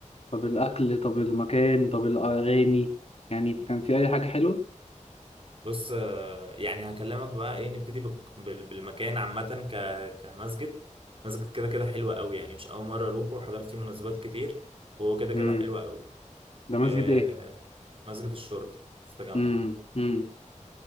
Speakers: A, on the left (about 50°); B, on the right (about 45°).
A: طب الاكل طب المكان طب الاغاني يعني كان في اي حاجة حلوة
B: بص آه، يعني هكلمك بقى ايه نبتدي بال- بال- بالمكان عامه ك... كمسجد مسجد كده كده حلو قوي يعني مش اول مره اروحه وحضرت فيه مناسبات كتير وهو كده
A: امم
B: كده حلو قوي
A: ده مسجد
B: آه،
A: ايه
B: مسجد الشرطه في التجمع
A: امم امم